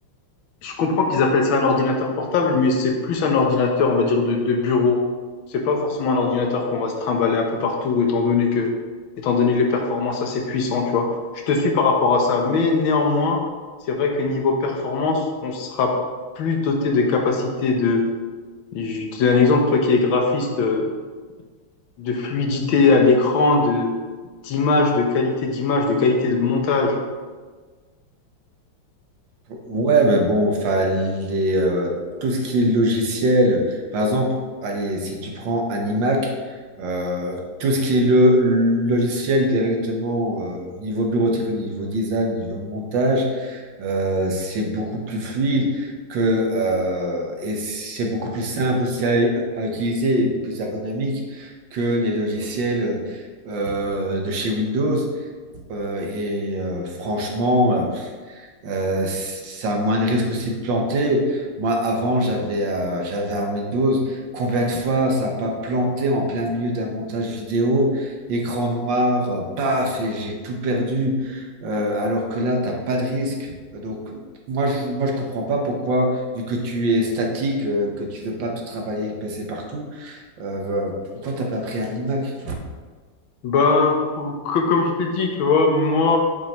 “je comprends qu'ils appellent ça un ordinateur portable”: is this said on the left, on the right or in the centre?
Left